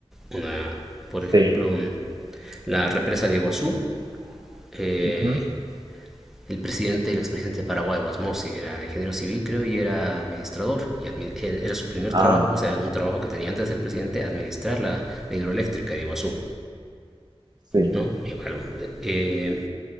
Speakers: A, in the centre; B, on the right (about 40°).
A: una, por ejemplo,
B: sí,
A: la represa de Iguazú. eh,
B: ujú,
A: el presidente, el expresidente de Paraguay, Guasmosi, era ingeniero civil, creo, y era administrador. Y admi er, era su primer
B: ah,
A: trabajo, o sea, un trabajo que tenía antes de ser presidente, administrar la, la hidroeléctrica de Iguazú,
B: sí,
A: ¿no? Igual, eh,